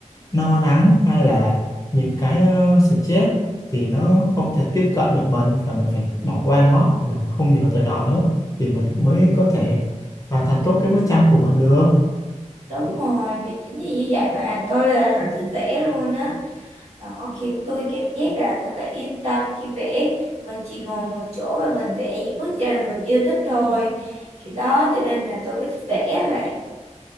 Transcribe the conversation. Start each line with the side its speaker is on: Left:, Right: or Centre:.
Left: no nắng hay là những cái ờ, stress thì nó không thể tiếp cận được mình và mình phải bỏ qua nó mình không nhớ tới nó nữa thì mình mới có thể hoàn thành tốt cái bức tranh của mình được
Right: đúng rồi vì chính vì như vậy mà tôi là rất thích vẽ luôn á Nó khiến tôi cảm giác là thật là yên tâm khi vẽ. Mình chỉ ngồi một chỗ và mình vẽ những bức tranh mà mình yêu thích thôi. Khi đó cho nên là tôi mới thích vẽ á bạn.